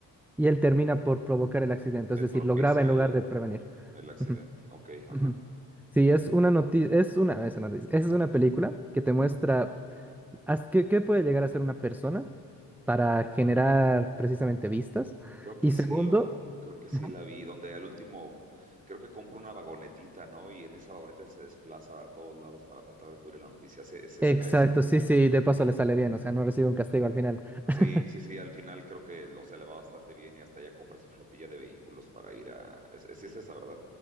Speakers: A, in the centre; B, on the right (about 25°).
A: y él termina por provocar el accidente.
B: Él
A: Es decir,
B: propicia
A: lo graba en lugar
B: el,
A: de prevenir.
B: el accidente,
A: <laughs>
B: ok, ajá.
A: Ujú. Sí, es una noticia, es una, es una noticia, es una película que te muestra haz- qué, qué puede llegar a ser una persona para generar precisamente vistas.
B: Creo que
A: Y
B: sí
A: segundo,
B: lo, creo que sí
A: Ajá.
B: la vi, donde al último, creo que compra una vagonetita, ¿no? Y en esa vagoneta se desplaza a todos lados para tratar de cubrir la noticia. Ese, ese
A: exacto,
B: será esa.
A: sí, sí, de paso le sale bien, o sea, no recibe un castigo al final. <laughs>
B: Sí, sí, sí, al final creo que lo se le va bastante bien y hasta ya compra su flotilla de vehículos para ir a, es, es- sí es esa, ¿verdad?